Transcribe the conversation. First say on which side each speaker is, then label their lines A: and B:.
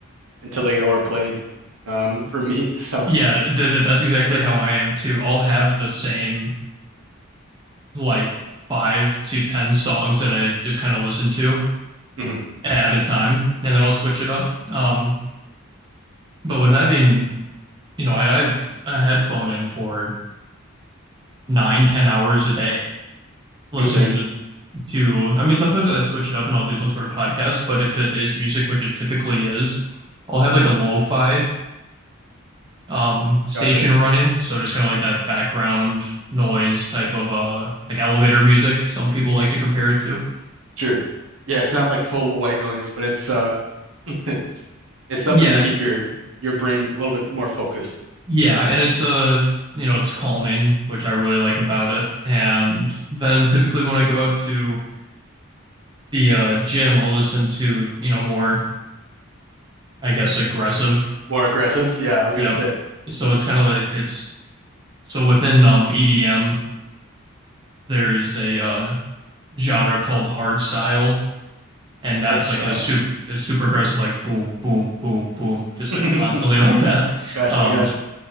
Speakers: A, on the right (about 70°); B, on the right (about 20°).
A: until they get overplayed, um, <laughs> for me. So
B: Yeah, th th- that's exactly how I am too. I'll have the same like five to ten songs that I just kind of listen to,
A: mhm.
B: at a time, and then I'll switch it up. Um, but with having, you know, I, I've a headphone in for nine, ten hours a day listening
A: Interesting.
B: to, to. I mean, sometimes I switch it up and I'll do some sort of podcast, but if it is music, which it typically is, I'll have like a lo-fi um station
A: Gotcha.
B: running, so just kind of like that background noise type of uh like elevator music. Some people like to compare it to.
A: Sure. Yeah, it's not like full white noise, but it's uh <laughs> it's it's something
B: Yeah,
A: to keep your your brain a little bit more focused,
B: Yeah, and it's a, you know, it's calming, which I really like about it. And then typically when I go out to the uh, gym, I'll listen to, you know, more, I guess, aggressive.
A: more aggressive. Yeah, I was
B: Yep.
A: gonna say
B: So it's kind of like it's so within um EDM, there's a uh, genre called hard style, and that's
A: art style.
B: like a super a super aggressive, like boom, boom, boom, boom, just
A: <laughs>
B: like constantly <laughs> like that.
A: Gotcha,
B: Um,
A: gotcha.